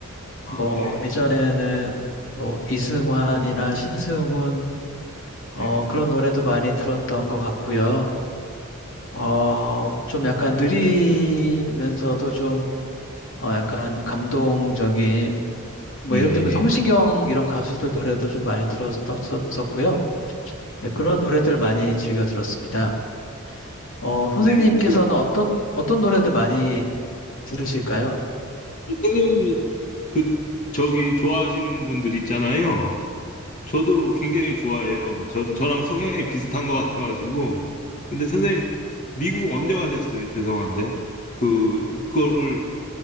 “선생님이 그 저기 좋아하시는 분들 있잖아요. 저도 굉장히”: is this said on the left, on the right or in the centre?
Left